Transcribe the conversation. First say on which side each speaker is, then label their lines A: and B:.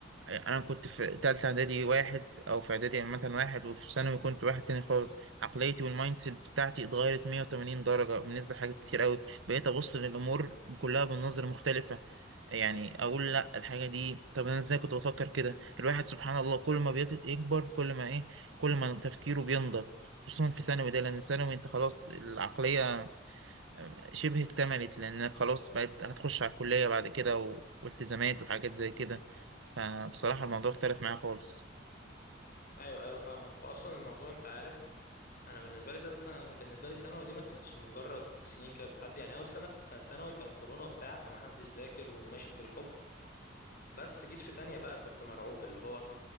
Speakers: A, on the right (about 75°); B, on the left (about 50°).
A: أنا كنت في تالتة إعدادي واحد أو في إعدادي عامة واحد وفي ثانوي كنت واحد تاني خالص عقليتي والمايند سيت بتاعتي اتغيرت 180 درجة بالنسبة لحاجات كتير أوي بقيت أبص للأمور كلها بالنظرة مختلفة يعني اقول لا الحاجه دي طب انا ازاي كنت بفكر كده الواحد سبحان الله كل ما بيكبر كل ما ايه كل ما تفكيره بينضج خصوصا في ثانوي ده لان ثانوي انت خلاص العقليه شبه اكتملت لانك خلاص بقيت هتخش على الكليه بعد كده و... والتزامات وحاجات زي كده فبصراحه الموضوع اختلف معايا خالص
B: ايوه ايوه فاهمك واصلا الموضوع انت عارف انا بالنسبه لي ثالثه ثانوي بالنسبه لي ثانوي دي ما كانتش مجرد سنين كده بتعدي يعني اول سنه في ثانوي كان كورونا وبتاع فما حدش ذاكر وماشيت بالحب بس جيت في تانية بقى كنت مرعوب اللي هو